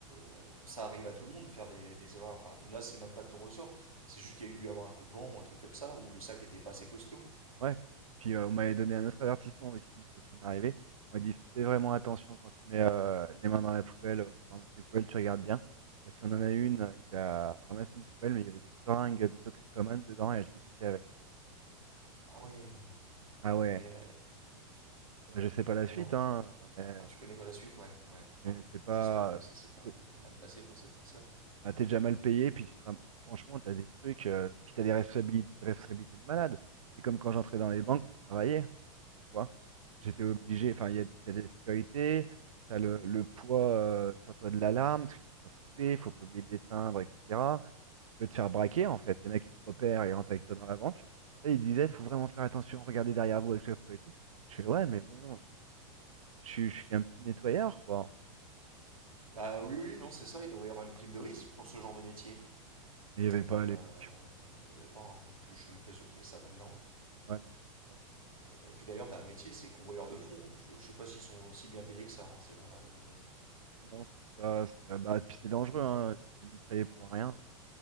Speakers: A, on the right; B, on the right.
A: on- ça arrive à tout le monde de faire des, des erreurs. Enfin, là, c'est même pas de ton ressort. C'est juste qu'il y a eu dû avoir un coup de vent ou un truc comme ça, ou le sac était pas assez costaud.
B: Ouais. Puis euh, on m'avait donné un autre avertissement aussi, une fois que ça m'est arrivé. On m'a dit, fais vraiment attention quand tu mets euh, les mains dans la poubelle, euh, pour ramasser les poubelles, tu regardes bien. Parce qu'on en a une euh, qui a ramassé une poubelle, mais il y avait des seringues de toxicomanes dedans, et elle s'est piquée avec.
A: Ah ouais.
B: Ah ouais.
A: Et, euh,
B: Mais Je sais pas la
A: et
B: suite,
A: en
B: hein, mais,
A: Ah, tu connais pas la suite, ouais. Ouais, bon.
B: mais c'est
A: écoute,
B: pas.
A: J'espère que ça s'est pas
B: c'est-
A: mal passé pour cette personne.
B: bah, t'es déjà mal payé, puis tu te ram- franchement, t'as des trucs, euh, puis t'as des responsabili- des responsabilités de malade. C'est comme quand j'entrais dans les banques pour travailler, tu vois. J'étais obligé,
A: Mhm.
B: enfin, il y a, t'as des sécurités, t'as le, le poids euh, sur toi de l'alarme, parce qu'il faut pas se louper, faut pas oublier de l'éteindre, etc. Tu peux te faire braquer, en fait. Il y en a qui te repèrent et rentrent avec toi dans la banque. Là, ils disaient, faut vraiment faire attention, regardez derrière vous à chaque fois et tout. Je fais, ouais, mais bon, je suis, je suis qu'un petit nettoyeur, quoi.
A: Bah oui, oui, non, c'est ça. Il devrait y avoir une prime de risque pour ce genre de métier.
B: Mais il n'y avait
A: Et
B: pas à
A: euh,
B: l'époque.
A: il n'y avait pas. hein. Puis je suis même pas sûr qu'il y ait ça maintenant.
B: Ouais, non, mais c'est ça. hein.
A: Euh, Et puis d'ailleurs, t'as un métier, c'est convoyeur de fonds. hein. Je, je sais pas s'ils sont si bien payés que ça, hein, ces gens-là. Je-
B: C'est bon, c'est ça. c'est- euh, bah, puis c'est dangereux, hein. Tu te fais mitrailler pour rien.